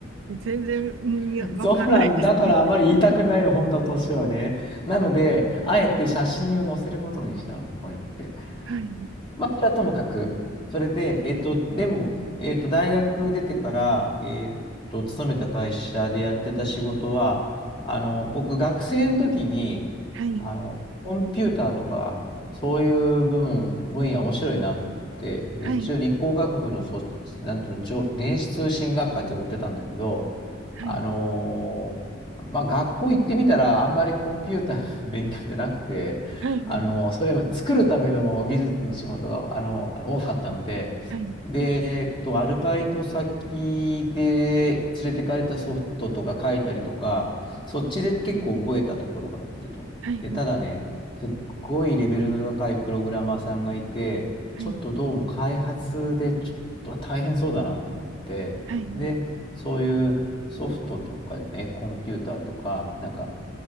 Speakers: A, on the right; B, on the left.
A: え全然うんいやわかんないですね。
B: <laughs> そうなんだからあまり言いたくないの、本当は年はね。なので、あえて写真を載せることにしたの、こうやって。
A: <laughs> はい、
B: まあ、それはともかく。それで、えっと、でも、えっと、大学出てから、えっと、勤めた会社でやってた仕事は、あの、僕、学生の時に、
A: はい、
B: あの、コンピューターとか、そういう部門、分野面白いなと思って、で、
A: はい、
B: 一応理工学部のそ、なんていうの、じょ電子通信学科っていうとこ出たんだけど、
A: はい、
B: あのーまあ、学校行ってみたら、あんまりコンピューターの勉強ってなくて、
A: はい、は
B: あの、それも作るための技術の仕事が、あの、多かったので、
A: い、
B: で、えっと、アルバイト先で連れてかれたソフトとか書いたりとか、そっちで結構覚えたところがあってと。
A: はい、
B: で、
A: はい、
B: ただね、すっごいレベルの高いプログラマーさんがいて、
A: はい、
B: ちょっとどうも開発でちょっと大変そうだなと思って、
A: はい、
B: で、そういうソフトとかね、コンピューターとか、なんか